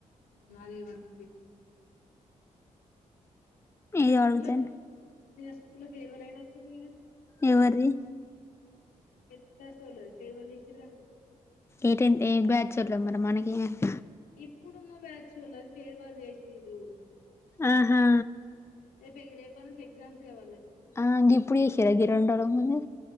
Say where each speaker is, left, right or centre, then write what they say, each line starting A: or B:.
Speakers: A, on the left; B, on the left.
A: మ్ అదే వర్క్ బీసీ నిన్న
B: ఏదో
A: స్కూల్ల
B: అడుగుతాను
A: నిన్న స్కూల్ల ఫేర్వల్ అయినట్టుందిగా
B: ఎవర్ది?
A: టెన్త్ క్లాసోల్లది ఫేర్వెల్ చేసింరు కదనే
B: ఏ టెన్త్ ఏ బ్యాచోలో మరి మనకేం ఎర్క
A: ఇప్పుడున్న బ్యాచ్చోలది ఫేర్వల్ చేసింరు.
B: ఆహా.
A: రేపే రేపట్నుంచి ఎగ్జామ్స్ కద వాళ్ళకి
B: ఆ గిప్పుడు చేసింరా గీ రెండురోజుల ముందే